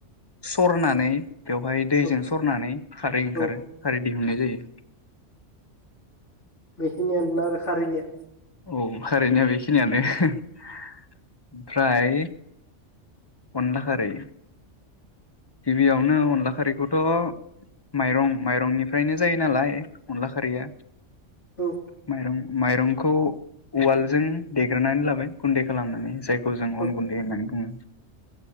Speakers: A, on the left; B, on the left.
A: सरनानै बेवहाय दैजों
B: औ
A: सरनानै खारै ओंखारो
B: औ
A: खारै होनु जै <unintelligible>
B: बेखिनियानो आरो खारैनिया
A: औ खारैनाया बेखि नियानो ओमफ्राय अनला खारै गिबियावनो अनला खारैखौथ' माइरं माइरंनिफ्रायनो जायो नालाय अनला खारैया
B: औ
A: माइरं माइरंखौ उवालजों देग्रोनानै लाबाय गुन्दै खालामनानै जाय खौ जों
B: औ
A: अन गुन्दै होननानै बुङो